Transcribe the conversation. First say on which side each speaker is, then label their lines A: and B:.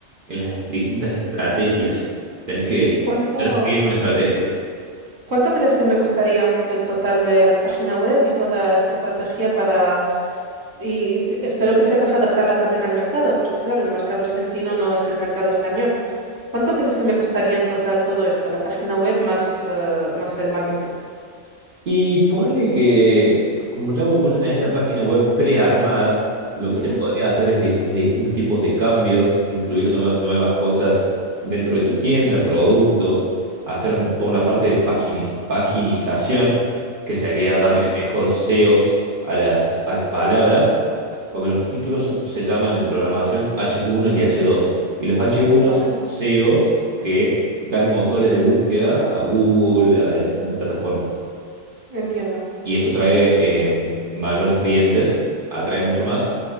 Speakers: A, on the right (about 50°); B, on the right (about 20°).
A: en las distintas estrategias. Tenés que
B: ¿Y cuánto,
A: ser fiel a una estrategia.
B: cuánto crees que me costaría un- el total de la página web y toda esta estrategia para Y espero que sepas adaptarla también al mercado, porque claro, el mercado argentino no es el mercado español. ¿Cuánto crees que me costaría en total todo esto? La página web más, eh, más el marketing.
A: Y ponele que, como ya vos, vos ya tenés la página web prearmada, lo que
B: Ujú,
A: se podría hacer es, di- es distintos tipos de cambios, incluir nueva- nuevas cosas dentro de tu tienda, productos, hacer toda una parte de pagini- paginización, que sería
B: ajá,
A: darle mejor SEOs a las, a las palabras, porque los títulos so- se llaman en programación H1 y H2, y los H1
B: Vale,
A: son SEOs que dan motores de búsqueda a Google, a las plataformas
B: entiendo.
A: y eso trae eh, mayores clientes, atrae mucho más.